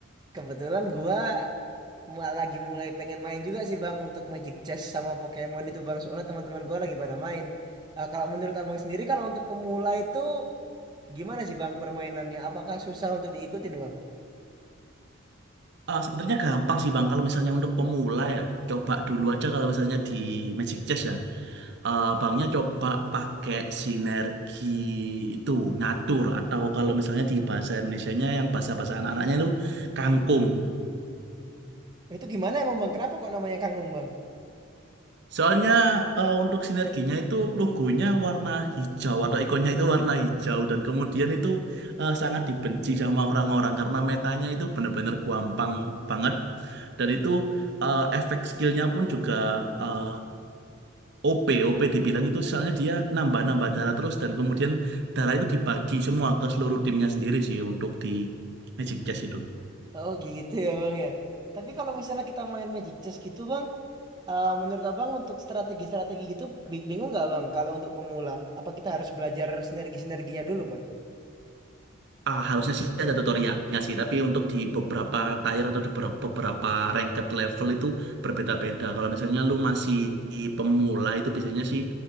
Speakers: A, on the right (about 20°); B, on the right (about 55°).
A: Kebetulan gua mu- lagi mulai pengen main juga sih bang untuk Magic Chess sama Pokemon itu bang. Soalnya teman-teman gua lagi pada main. Eh, kalau menurut abang sendiri, kalau untuk pemula itu gimana sih bang permainannya? Apakah susah untuk diikutin bang?
B: Eh, sebenarnya gampang sih Bang, kalau misalnya untuk pemula ya, coba dulu aja kalau misalnya di Magic Chess ya. eh, banknya coba pakai sinergi itu natur atau kalau misalnya di bahasa Indonesianya yang bahasa-bahasa anak-anaknya itu kangkung.
A: Itu gimana emang bang? Kenapa kok namanya kangkung bang?
B: Soalnya eh, untuk sinerginya itu logonya warna hijau atau ikonnya itu warna hijau dan kemudian itu eh, sangat dibenci sama orang-orang karena metanya itu benar-benar gampang banget dan itu eh, efek skillnya pun juga eh, OP, OP dibilang itu soalnya dia nambah-nambah darah terus dan kemudian darah itu dibagi semua ke seluruh timnya sendiri sih untuk di Magic Chess itu.
A: Oh gitu ya bang ya. Tapi kalau misalnya kita main Magic Chess gitu bang, eh, menurut abang untuk strategi-strategi gitu bi- bingung nggak bang? Kalau untuk pemula, apa kita harus belajar sinergi-sinerginya dulu bang?
B: Ah, harusnya sih ada tutorialnya sih, tapi untuk di beberapa tier atau di ber- beberapa ranked level itu berbeda-beda. Kalau misalnya lu masih pemula itu biasanya sih